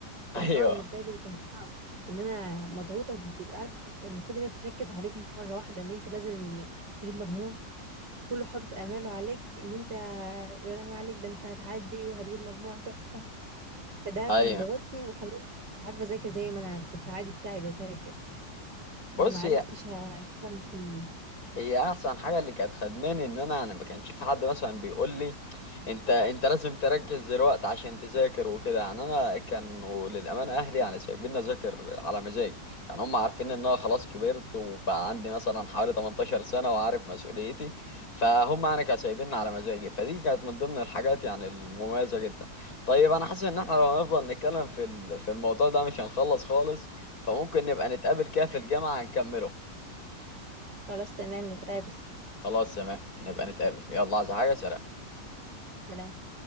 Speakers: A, on the left; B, on the right.
A: <laughs>
B: الموضوع
A: أيوه
B: بالنسبه لي كان صعب ان انا مضغوطه بيبقى عارف لما كل الناس تركز عليك مره واحده ان انت لازم تجيب مجموع كله حاطط اماله عليك ان انت يا لهوي عليك ده انت هتعدي وهتجيب مجموعة تحفة فده
A: أيوه
B: كان ضغطني وخلاني مش عارفة اذاكر زي ما انا في العادي بتاعي بذاكر
A: بص
B: فما عرفتش هفهم فيه.
A: هي احسن حاجه اللي كانت خدماني ان انا انا ما كانش في حد مثلا بيقول لي انت انت لازم تركز دلوقتي عشان تذاكر وكده يعني انا كانوا للامانه اهلي يعني سايبيني اذاكر على مزاجي يعني هم عارفين ان انا خلاص كبرت وبقى عندي مثلا حوالي 18 سنه وعارف مسؤوليتي فهم يعني كانوا سايبيني على مزاجي فدي كانت من ضمن الحاجات يعني المميزه جدا طيب انا حاسس ان احنا لو هنفضل نتكلم في ال- في الموضوع ده مش هنخلص خالص فممكن نبقى نتقابل كده في الجامعه نكمله
B: خلاص تمام نتقابل
A: خلاص تمام نبقى نتقابل يلا عايز حاجة سلام
B: سلام